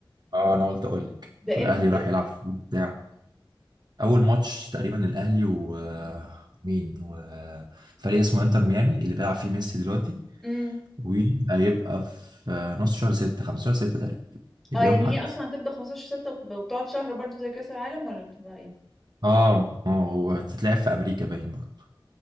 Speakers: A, on the right; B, in the centre.
A: اه انا قلت اقول لك
B: ده
A: والاهلي
B: امتى
A: راح
B: هيبقى
A: يلعب في بتاع اول ماتش تقريبا الاهلي و مين وفريق اسمه انتر ميامي اللي بيلعب فيه ميسي دلوقتي
B: امم
A: وهيبقى في نص شهر ستة خمسة شهر ستة تقريبا يبقى
B: اه يعني
A: يوم حد
B: هي اصلا هتبدا 15 6 وب- وبتقعد شهر برضو زي كاس العالم ولا بتبقى ايه
A: اه اه هو هتتلعب في امريكا باين برضه